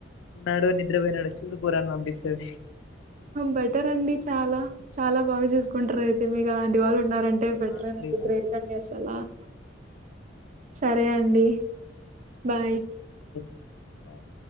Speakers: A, on the left; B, on the right.
A: ఉన్నాడో, నిద్రపోయినాడో చూడు పోరా పిస్తది
B: బెటర్ అండి చాలా చాలా బాగా చూసుకుంటారు అయితే మీకు అలాంటి వాళ్ళు ఉం న్నారంటే బెటరేనండి
A: ఆ అండి
B: ఇప్పుడు
A: అంతే
B: ఏం జాబ్ చేస్తున్నావ్ సరే అండి బాయ్
A: బయ